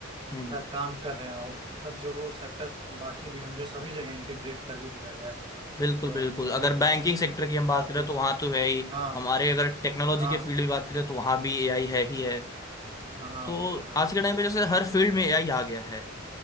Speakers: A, on the left; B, on the right.
A: हम्म
B: काम कर रहे हैं और मतलब जो सेक्टर्स बाकी भी होंगे सभी जगह इंटीग्रेट कर ही दिया गया है
A: बिल्कुल
B: तो
A: बिल्कुल
B: मतलब
A: अगर बैंकिंग सेक्टर की हम बात
B: काफी
A: करें
B: अच्छा
A: तो वहाँ तो है ही
B: हाँ
A: हमारे अगर टेक्नोलॉजी
B: हाँ
A: के फील्ड में बात करें तो वहाँ भी एआई है ही है
B: हाँ
A: तो
B: वो तो है
A: आज के टाइम पे जैसे हर फील्ड में एआई आ गया है